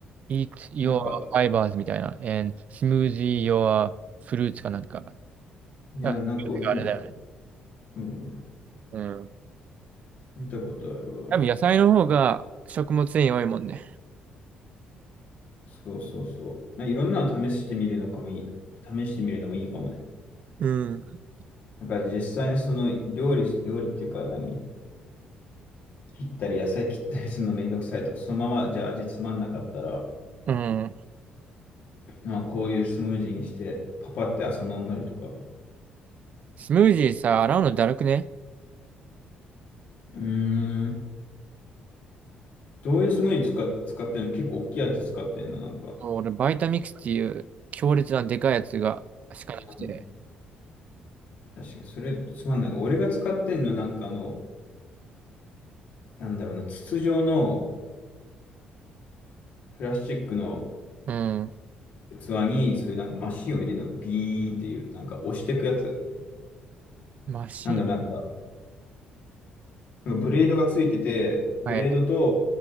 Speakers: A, on the right; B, on the left.
A: Eat your
B: なんか、
A: fibers みたいな。And smoothie your fruits かなんか。
B: いや、
A: あ、
B: なんか俺も、
A: フルーツがあれだよね。
B: うん、
A: うん。
B: 見たことあるわ。
A: 多分野菜の方が食物繊維多いもんね。
B: そうそうそう。まあ、いろんなの試してみるのかもいい。試してみるのもいいかもね。
A: うん。
B: だから実際にその料理、料理っていうか何切ったり野菜切ったりするのめんどくさいとか、そのままじゃあ味つまんなかったら、
A: うん。
B: なんかこういうスムージーにして、パパって朝飲んだりとか。
A: スムージーさ、洗うのだるくね
B: うーん。どういうスムージー使っ、使ってるの結構大きいやつ使ってんのなんか。
A: 俺、バイタミックスっていう強烈なでかいやつがしかなくて。
B: うん確かに、それつまんない。俺が使ってんのは、なんかあの、なんだろうな、筒状のプラスチックの
A: うん。
B: 器に、そういうなんかマシンを入れるの、ビーンっていう、なんか押していくやつ。
A: マシン。
B: なんだろう、なんか、なんかブレードがついてて、ブレードと
A: はい。